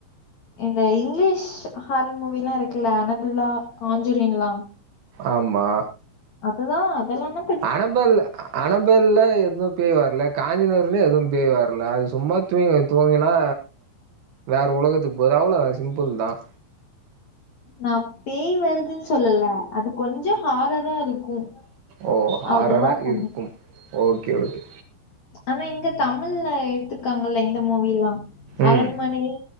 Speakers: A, on the left; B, on the right.
A: இந்த இங்கிலீஷ் ஹாரர் மூவீல்லாம் இருக்குல்ல அனபில்லா காஞ்சூரிங்லா
B: ஆமா
A: அதுதா அதெல்லாண்ண
B: அனம்பெல் அனம்பெல்ல எதோ பேய் வர்ல காஞ்சிநூர்லயே எதுவு பேய் வர்ல அது சும்மா தூங்க தூங்கினா வேற உலகத்துக்கு போது அவ்ளோ தான் சிம்புள் தான்
A: நா பேய் வருதுன்னு சொல்லல அது கொஞ்சோம் ஹாரரா இருக்கும்
B: ஓ ஹாரர
A: அததான் சொன்னேன்
B: இருக்கும் ஓகே ஓகே
A: ஆனா இங்க தமிழ்ல எடுத்துருக்காங்கல இந்த மூவில்லாம்
B: ம்
A: அரண்மனை